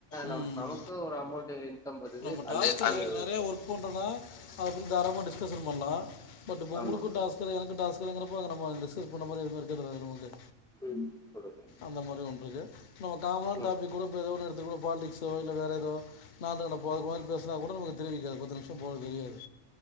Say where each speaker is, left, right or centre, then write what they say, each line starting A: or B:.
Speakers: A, on the left; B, in the centre.
A: உம்
B: நம் நமக்கு ஒரு அமௌண்ட் இன்கம் வருது
A: நம்ப
B: அவிங்களுக்கு
A: டாஸ்கு நிறைய ஒர்க் பண்றோனா அதப்பத்தி தாரலமா டிஸ்கசன்பண்லா பட் இப்ப
B: ஆமாங்க
A: உங்களுக்கோ டாஸ்க்தானே எனக் <unintelligible> அப்பங்க நம்மங்க டிஸ்கஸ் பண்ண மாதிரி எதுவுமே இருக்கிறதுல்லது நமக்கு
B: ம் சொல்லுங்க
A: அந்த மாதிரி ஒன்று க்கு <unintelligible> நம்ம காமனான
B: ம்
A: டாபிக் கூட குள்ள பாலிடிக்ஸோ இல்ல வேற ஏதோ நாட்டுநடப்போ அந்த மரி பேசினா கூட நமக் தெரிவிக்காது பத்து நிமிசம் ஒ தெரியாது